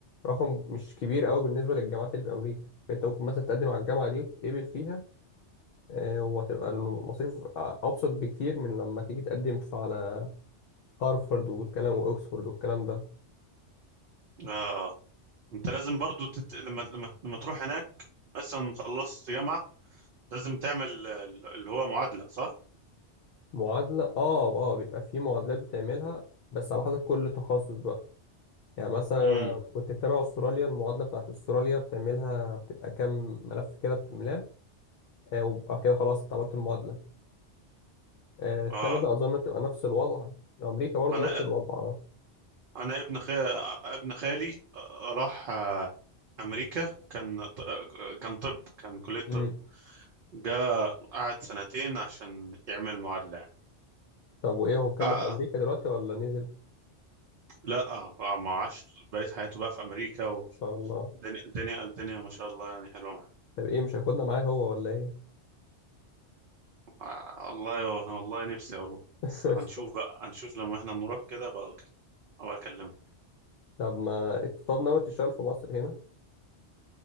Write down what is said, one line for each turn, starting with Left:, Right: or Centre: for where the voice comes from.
Left: رقم مش كبير قوي بالنسبه للجامعات اللي في امريكا فانت ممكن مثلا تقدم على الجامعه دي وتتقبل فيها آه، وهتبقى المصاريف آه، ابسط بكتير من لما تيجي تقدم في على هارفارد والكلام واكسفورد والكلام ده
Right: اه انت لازم برضو تت... لما لما لما تروح هناك مثلا خلصت جامعه لازم تعمل آه، اللي هو معادله صح
Left: معادله اه اه بيبقى في معادلات بتعملها بس على حسب كل تخصص بقى يعني مثلا
Right: امم
Left: أنا كنت متابع استراليا المعادله بتاعت استراليا بتعملها بتبقى كام ملف كده بتملاه آه، وبقى كده خلاص انت عملت المعادله آه، كندا
Right: اه
Left: أظن بتبقى نفس الوضع أمريكا برضه
Right: انا
Left: نفس الوضع آه.
Right: انا ابن خال... ابن خالي آه، راح آه، امريكا وكان ط- آه، كان طب كان كلية
Left: مم.
Right: طب جا قعد سنتين عشان يعمل معادلة يعني.
Left: طب وإيه هو مكمل
Right: آه
Left: في أمريكا دلوقتي ولا نزل؟
Right: لا آه آه، ما عاش بقيت حياته بقى في امريكا
Left: ما شاء الله
Right: والدنيا الدنيا الدنيا ما شاء الله يعني حلوة معاه
Left: طب إيه مش هياخدنا معاه هو ولا إيه؟
Right: آه والله والله نفسي اروح
Left: <laughs>
Right: بس هنشوف بقى هنشوف لما احنا نروح كده بقى اكلمه ابقى اكلمه
Left: طب ما طب ناوي تشتغل في مصر هنا؟